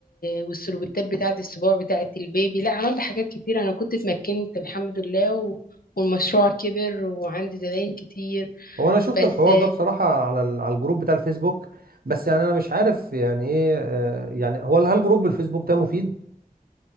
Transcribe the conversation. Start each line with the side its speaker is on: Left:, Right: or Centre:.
Left: والسربتات بتاعة السبوع بتاعة البيبي لا عملت حاجات كتير أنا كنت اتمكنت الحمد لله و... والمشروع كبر وعندي زباين كتير
Right: هو انا شفت
Left: بس
Right: الحوار ده بصراحه على ال... على الجروب بتاع الفيسبوك بس يعني انا مش عارف يعني ايه آه، يعني هو هل جروب الفيسبوك ده مفيد